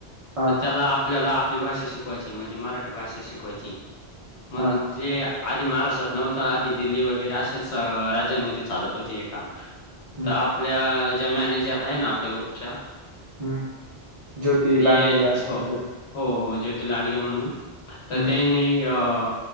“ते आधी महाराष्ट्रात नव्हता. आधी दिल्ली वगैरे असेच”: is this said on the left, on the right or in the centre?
Left